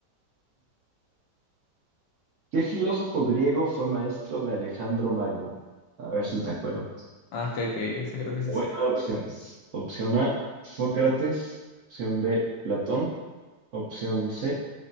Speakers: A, on the right (about 60°); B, on the left (about 80°).
A: ¿qué filósofo griego fue maestro de Alejandro Magno? A ver si te acuerdas.
B: Ah, ok, ok, ese creo que sí
A: Te voy
B: sé.
A: a dar opciones. Opción A, Sócrates. Opción B, Platón. Opción C,